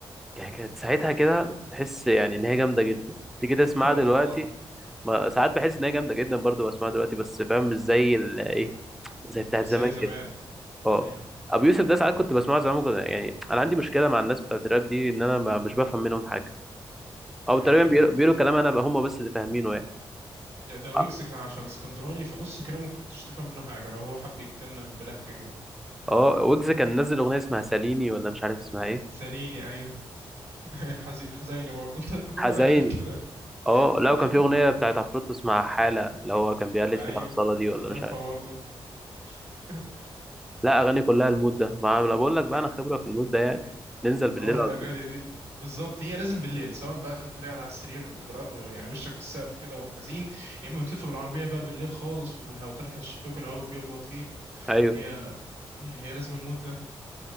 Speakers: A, in the centre; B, on the right (about 80°).
A: ك- كانت ساعتها كده كنت تحس يعني إن هي جامدة جدا تيجي تسمعها
B: <laughs> اه
A: دلوقتي
B: والله
A: ما ساعات بحس إن هي جامدة جدا برضه بسمعها دلوقتي بس فاهم مش زي ال- إيه زي بتاعت
B: مش
A: زمان
B: زي زمان
A: كده أه
B: امم
A: أبو يوسف ده ساعات كنت بسمعه زمان كنت يعني أنا عندي مشكلة مع الناس بتاعت الراب دي إن أنا ما مش بفهم منهم حاجة
B: دي
A: أو
B: حقيقة
A: تقريبا بيقولوا بيقولوا كلام أنا هم بس اللي فاهمينه يعني
B: ده ده ويجز
A: أه
B: كان عشان اسكندراني فنص كلامه ما كنتش تفهم منه حاجة لو هو حب يتكلم بلهجة كده
A: آه، ويجز كان نزل أغنية اسمها ساليني ولا مش عارف اسمها إيه
B: ساليني ايوه <laughs> حزي... حزينة برضه <laughs> انت انت كل
A: حزيني
B: اغانيك كده
A: أه
B: <laughs>
A: لا وكان في أغنية بتاعت عفروتو اسمها حالة اللي هو كان بيقلد
B: ايوه
A: فيها أصالة دي ولا
B: عارفها
A: مش عارف
B: برضه <laughs>
A: لا اغاني كلها المود ده ما انا بقول لك بقى
B: آه،
A: انا خبره في المود ده يعني
B: مم.
A: ننزل بالليل
B: ما هو الأغاني
A: على طول
B: دي بالظبط هي لازم بالليل سواء بقى انت قاعد على السرير ورا... يعني وشك في السقف كده وحزين يا اما بتلف بالعربية بقى بالليل خالص والهواء فتح الشباك والهواء بيخبط فيك
A: ايوه
B: هي مم. هي لازم المود ده